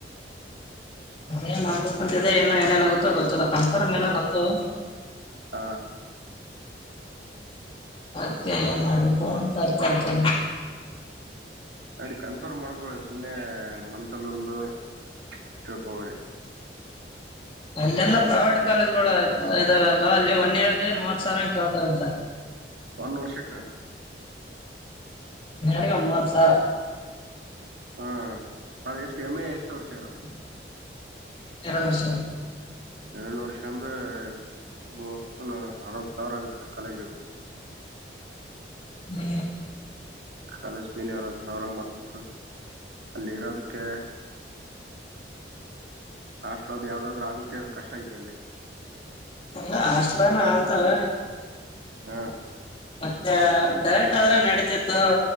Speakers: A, on the left (about 30°); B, on the right (about 70°).
A: ಏನ್ ಮಾಡ್ಬೇಕಂತಿದೆ ಇನ್ನು ಏನೇನಾಗುತ್ತೋ ಗೊತ್ತಲ್ಲ ಕನ್ಫರ್ಮ್ ಇಲ್ಲ ನಂದು
B: ಹಾ
A: ಅಂತೆ ಎಲ್ಲ ಮಾಡಬೇಕು ಅಂತ ಅರ್ಥ ಆಗ್ತಿಲ್ಲ
B: ನಡಿ ಕನ್ಫರ್ಮ್ ಮಾಡ್ಕೊ ಸುಮ್ನೆ ಮನ್ಸಲ್ಲೊಂದು ಕೇಳ್ಕೊಬೇಡಿ
A: ಅ ಎಲ್ಲಾ ಪ್ರೈವೇಟ್ ಕಾಲೇಜ್ ಗಳು ಇದಾವ ಅಲ್ಲ ಅಲ್ಲಿ ಒನ್ ಇಯರ್ ಗೆ ಮೂವತ್ ಸಾವರ ಅಂಗ ಕೇಳ್ತಾರಂತ
B: ಒಂದು ವರ್ಷಕ್ಕ
A: ರೆ ಅಮ್ಮ ಸರ್
B: ಹಾ ಅದು ಎಷ್ಟು ಎಮ್ ಎ ಎಷ್ಟ ವರುಷ ಇರೋದು
A: ಎರಡು ವರ್ಷ
B: ಎರಡು ವರ್ಷ ಅಂದ್ರೆ ಮಸ್ ಅರವತ್ ಸಾವಿರ ಆಗುತ್ತೆ ಕಾಲೇಜು
A: ಹಾ
B: ಕಾಲೇಜ್ ಪೀನ ಅರವತ್ ಸಾವಿರ ಮತ ಅಲ್ಲಿ ಇರೋದಕ್ಕೆ ಹ ಹಾಸ್ಟೆಲ್ನಲ್ಲಿ ಯಾವ್ದಾದ್ ಆಗಲಿ ಕಷ್ಟ ಆಯತ ಅಲ್ಲೇ
A: ಅಲ್ಲ ಹಾಸ್ಟಲಾನ ಸರ್
B: ಹಾ
A: ಮತ್ತೆ ಡೈರೆಕ್ಟ್ ಆದ್ರೆ ನಡತಿತ್ತುರ